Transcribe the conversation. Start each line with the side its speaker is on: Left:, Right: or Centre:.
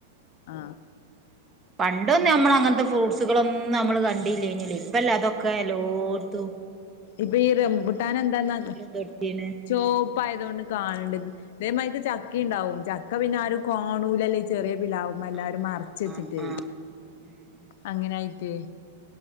Left: ആ
Right: പണ്ട്ഒന്നും നമ്മൾ അങ്ങത്തെ ഫ്രൂട്ട് സുകളൊന്നും നമ്മള് കണ്ടീല്ലാനല്ലോ ഇപ്പല്ലേ അതൊക്കെ എല്ലോർത്തും
Left: ഇപ്പൊ ഈ റംബുട്ടാൻ എന്താന്ന
Right: തൊട്ത്തീണ്
Left: ചോപ്പായതൊണ്ട്
Right: ആഹ്
Left: കാണണ്ടന്ന് അതേമായിക്ക് ചക്ക ഇണ്ടാവും ചക്ക പിന്നെ ആ ഒരു കാണൂലല്ലേ ചെറിയ പ്ലാവുമേ എല്ലാരു
Right: ആഹ്
Left: മറച്ച് വെച്ചിട്ടേ
Right: ആഹ് ആഹ് ഉം ഉം
Left: അങ്ങനെയായിട്ട്